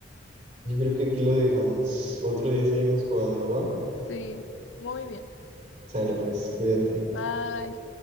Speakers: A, on the right; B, on the left.
A: yo creo que aquí lo dejamos. Otro día seguimos jugando, ¿va?
B: Sí, muy bien.
A: Sale pues, cuídate.
B: Bye.